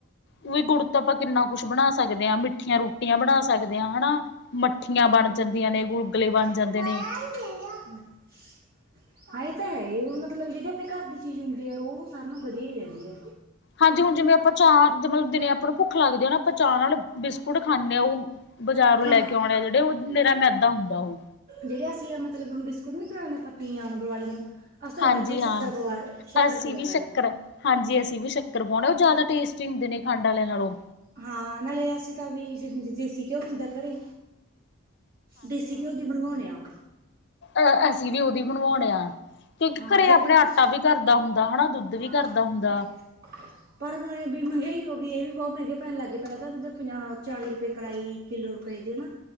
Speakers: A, on the left (about 55°); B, on the right (about 45°).
A: ਉ ਵੀ ਗੁੜ ਤਾਂ ਆਪਾਂ ਕਿੰਨਾ ਕੁਛ ਬਣਾ ਸਕਦੇ ਆ ਮਿੱਠੀਆਂ ਰੋਟੀਆਂ ਬਣਾ ਸਕਦੇ ਆਂ ਹਨਾ ਮੱਠੀਆਂ ਬਣ ਜਾਂਦੀਆਂ ਨੇ, ਗੁਲਗਲੇ ਬਣ
B: ਹਾਂ
A: ਜਾਂਦੇ ਨੇ।
B: <unintelligible> ਹਾਂ ਏ ਤਾਂ ਹੈ ਈ ਓ ਮਤਲਬ ਜੇੜੀ ਆਪਣੇ ਘਰ ਦੀ ਚੀਜ਼ ਹੁੰਦੀ ਐ ਓ ਸਾਨੂੰ ਵਧੀਆ ਈ ਰੇਂਦੀ ਐ।
A: ਹਾਂਜੀ ਹੁਣ ਜਿਵੇਂ ਆਪਾਂ ਚਾਅ ਮਤਲਬ ਦਿਨੇ ਆਪਾਂ ਨੂੰ ਭੁੱਖ ਲੱਗਦੀ ਆਪਾਂ ਚਾਅ ਨਾਲ ਬਿਸਕੁਟ ਖਾਂਦੇ ਆਂ ਓ ਬਜ਼ਾਰੋ ਲੈ
B: ਹਾਂ
A: ਕੇ ਆਉਣੇ ਆ ਜੜੇ, ਓ ਨਿਰਾ ਮੈਦਾ ਹੁੰਦਾ ਓ।
B: ਜੇੜੇ ਅਸੀਂ ਆ ਮਤਲਬ ਬਿਸਕੁਟ ਨੀ ਕਰਾਦੇ ਪਤੀਆਂ ਨੂੰ ਦੀਵਾਲੀ ਨੂੰ ਅਸੀ ਓਨਾਂ
A: ਹਾਂਜੀ
B: 'ਚ ਵੀੱ ਸ਼ਕਰ
A: ਹਾਂ
B: ਸ਼ੱਕਰ
A: ਅਸੀਂ
B: ਪਵਾ
A: ਵੀ
B: ਲੇਨੇ
A: ਸ਼ੱਕਰ
B: ਆ।
A: ਹਾਂਜੀ ਅਸੀਂ ਵੀ ਸ਼ੱਕਰ ਪਾਉਣ ਓ ਜ਼ਾਦਾ ਟੇਸਟੀ ਹੁੰਦੇ ਨੇ ਖੰਡ ਆਲਿਆਂ ਨਲੋਂ।
B: ਹਾਂ ਨਾਲੇ ਅਸੀਂ ਤਾਂ ਵੀ ਦੇਸੀ ਘਿਉ ਹੁੰਦਾ ਘਰੇ। ਦੇਸੀ ਘਿਓ ਦੀ ਬਣਵਾਉਣੇ ਆ।
A: ਅਹ ਅਸੀਂ ਵੀ ਓਦੀ ਬਣਵਾਣੇ ਆ। ਕਿਉਂਕਿ
B: ਹਾਂ
A: ਘਰੇ
B: ਜੇ
A: ਆਪਣੇ
B: ਕੋਈ
A: ਆਟਾ
B: ਬਸ
A: ਵੀ ਘਰਦਾ ਹੁੰਦਾ ਹਨਾ ਦੁੱਧ ਵੀ
B: ਹਾਂ
A: ਘਰਦਾ ਹੁੰਦਾ।
B: <unintelligible> ਪਰ ਹੁਣ ਏ ਵੀ ਮਹਿੰਗਾਈ ਹੋ ਗਈ ਏ ਵੀ ਬੋਤ ਮੈਂਗੇ ਪੈਣ ਲੱਗ ਗਏ ਪੈਲਾ ਤਾਂ ਪੰਜਾਹ ਚਾਲੀ ਰੁਪਏ ਕਰਾਈ ਕਿੱਲੋ ਰੁਪਏ ਦੀ ਏ ਨਾ